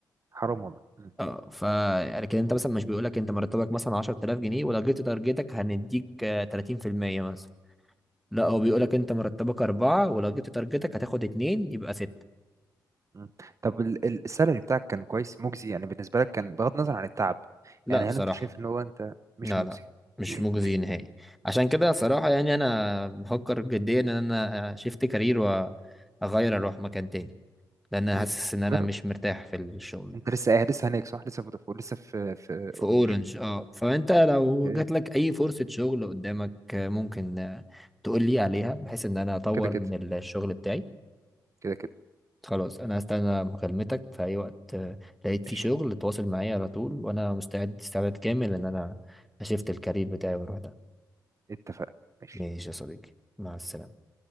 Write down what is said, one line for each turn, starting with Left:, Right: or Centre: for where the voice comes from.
Right: حرام والله مم.
Centre: اه ف لكن انت مثلا مش بيقول لك انت مرتبك مثلا 10000 جنيه ولو جبت تارجتك هنديك آه، 30% مثلا لا هو بيقولك
Right: مم.
Centre: انت مرتبك اربعة ولو جبت تارجتك هتاخد اتنين يبقى ستة
Right: مم. طب ال- ال- السالري بتاعك كان كويس مجزي يعني بالنسبه لك كان بغض النظر عن التعب
Centre: لا
Right: يعني
Centre: بصراحة
Right: هل انت شايف ان هو انت مش
Centre: لا
Right: مجزي
Centre: لا مش
Right: <clears throat>
Centre: مجزي نهائي عشان كده صراحة يعني أنا بفكر جديا إن أنا شيفت كارير وأغير أروح مكان تاني لأن أنا
Right: مم.
Centre: حاسس إن أنا
Right: جرب
Centre: مش مرتاح في الشغل ده
Right: انت لسه قاعد لسه هناك صح لسه فودافون لسه في في
Centre: في
Right: اورنج
Centre: أورنج أه فأنت لو
Right: اوكي
Centre: جاتلك أي فرصة شغل قدامك ممكن تقول لي عليها بحيث إن أنا أطور
Right: كده كده
Centre: من الشغل بتاعي
Right: كده كده
Centre: خلاص انا هستنى مكالمتك في اي وقت آه، لقيت فيه
Right: ماشي
Centre: شغل تواصل معايا على طول وانا مستعد استعداد كامل ان انا اشفت الكارير بتاعي واروح ده
Right: اتفقنا ماشي
Centre: ماشي يا صديقي مع السلامة